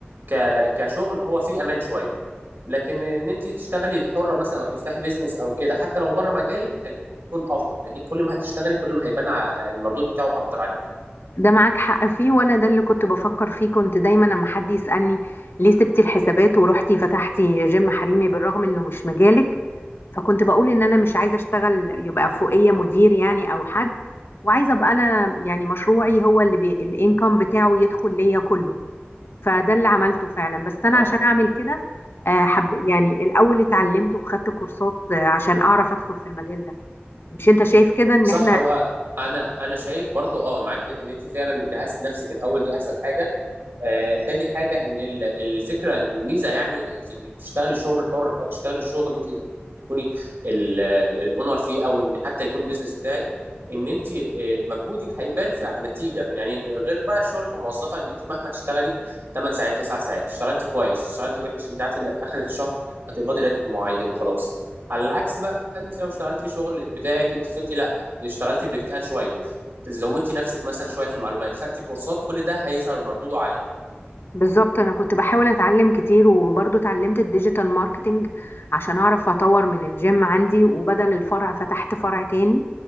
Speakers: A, on the right; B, on the left.
A: ك كشغل هو فيه امان شويه لكن ان انت تشتغلي الحره مثلا او تفتحي بيزنس او كده حتى لو بره مجالك تكون افضل لان كل ما هتشتغلي كل ما هيبان ع- المردود بتاعه اكتر عليكي
B: ده معاك حق فيه وانا ده اللي كنت بفكر فيه كنت دايما لما حد يسألني ليه سبتي الحسابات ورحتي فتحتي جيم حريمي بالرغم انه مش مجالك فكنت بقول ان انا مش عايزه اشتغل يبقى فوقيه مدير يعني او حد وعايزه ابقى انا يعني مشروعي هو اللي بي... الانكم بتاعه يدخل ليا كله فده اللي عملته فعلا بس انا
A: صح
B: عشان اعمل كده آه، حب يعني الاول اتعلمت وخدت كورسات آه، عشان اعرف ادخل في المجال ده مش انت شايف كده ان
A: صح
B: احنا
A: هو انا انا شايف برضو اه معاكي ان انت فعلا جهزت نفسك الاول دي احسن حاجه آه، تاني حاجة إن ال- الفكرة الميزة يعني في إنك تشتغلي شغل حر أو تشتغلي شغل أنت تكوني الأونر فيه أو إن حتى يكون البيزنس بتاعك إن أنت آه، مجهودك هيبان في النتيجة يعني غير بقى الشغل كموظفة إن أنت مهما تشتغلي 8 ساعات 9 ساعات اشتغلتي كويس اشتغلتي وحش أنت عارفة إن في آخر الشهر هتقبضي راتب معين وخلاص على العكس بقى أنت لو اشتغلتي شغل بتاعك أنت فأنت لا اشتغلتي باجتهاد شوية زودتي نفسك مثلا شويه في المعلومات خدتي كورسات كل ده هيظهر مردوده عليك
B: بالظبط انا كنت بحاول اتعلم كتير وبرضه اتعلمت الديجيتال ماركتينج عشان اعرف اطور من الجيم عندي وبدل الفرع فتحت فرع تاني